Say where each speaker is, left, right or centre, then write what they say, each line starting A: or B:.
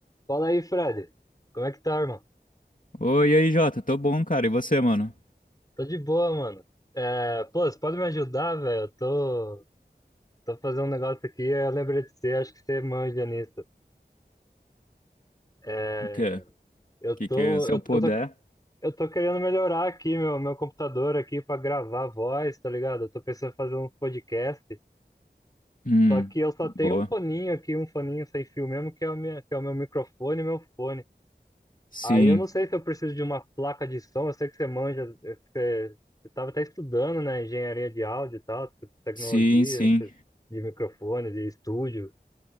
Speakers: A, on the left; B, on the left.
A: Fala aí, Fred. Como é que tá, irmão?
B: Oi, e aí, Jota, tô bom, cara. E você, mano?
A: Tô de boa, mano. É, pô, você pode me ajudar, velho? Eu tô, tô fazendo um negócio aqui, eu lembrei de você, acho que você manja nisso. É,
B: O quê? O
A: eu
B: que
A: tô,
B: que se
A: eu,
B: eu puder?
A: eu tô, eu tô querendo melhorar aqui meu, meu computador aqui pra gravar voz, tá ligado? Eu tô pensando em fazer um podcast,
B: Hum,
A: só que eu só
B: boa.
A: tenho um foninho aqui, um foninho sem fio mesmo, que é o minha, que é o meu microfone e meu fone.
B: Sim,
A: Aí eu não sei se eu preciso de uma placa de som, eu sei que você manja, eh, você estava até estudando, né, engenharia de áudio e tal, te- tecnologia,
B: sim, sim,
A: você- de microfone, de estúdio.